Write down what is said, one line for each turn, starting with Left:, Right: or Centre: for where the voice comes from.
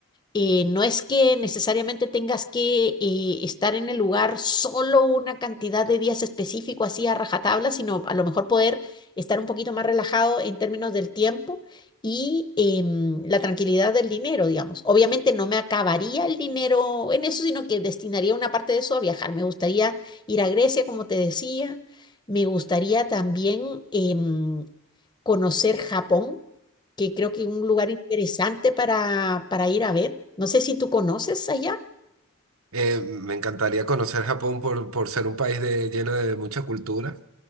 Left: eh, no es que necesariamente tengas que eh, estar en el lugar solo una cantidad de días específico así a rajatabla, sino a lo mejor poder estar un poquito más relajado en términos del tiempo y em, la tranquilidad del dinero, digamos. Obviamente no me acabaría el dinero en eso, sino que destinaría una parte de eso a viajar. Me gustaría ir a Grecia, como te decía. Me gustaría también em, conocer Japón, que creo que es un lugar interesante para, para ir a ver. No sé si tú conoces allá.
Right: Eh, me encantaría conocer Japón por, por ser un país de, lleno de mucha cultura.